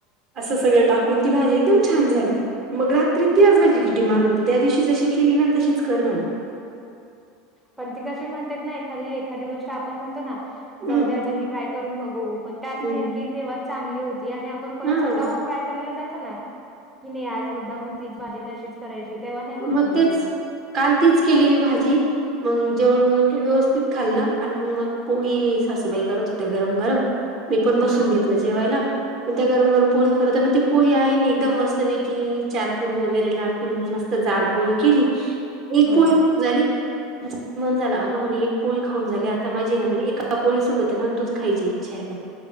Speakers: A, on the right; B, in the centre.
A: असं सगळं टाकून ती भाजी एकदम छान झाली मग रात्री त्याच भाजी जी डिमांड होती त्या दिवशी जशी केली ना तशीच कर म्हणे.
B: पण ती कशी म्हणतात ना एखादी एखादी गोष्ट आपण म्हणतो ना जाऊदे
A: हम्म
B: आता ही. ट्राय करून बघू पण त्याच
A: हम्म
B: नेमकी तेव्हाच चांगली होती आणि आपण परत
A: हा.
B: स्वतः हुन ट्राय करायला जातो. ना की नाही आज मुद्दाम म्हून तीच भाजी तशीच करायची तेव्हा नाही होत
A: मग
B: नाही
A: तेच
B: तेवढी.
A: काल तीच केली मी भाजी मग जेवण बेवण के व्यवस् खाल्लं आणि मग मग पोळी सासूबाई करत होत्या गरम गरम मी पण
B: हा
A: बसून घेतलं जेवायला मग त्या गरम गरम पोळी करत मग ती पोळी आईनी एकदम मस्तपैकी चारपूड वगैरे लाटून मस्त जाडपोळी केली. एक
B: हो
A: पोळी झाली. मन झाला अगं म्हणे एक पोळी खाऊनली आता माझी ना म्हजे एका पोळीसोबत ना दूध खायची इच्छा आहे म्हण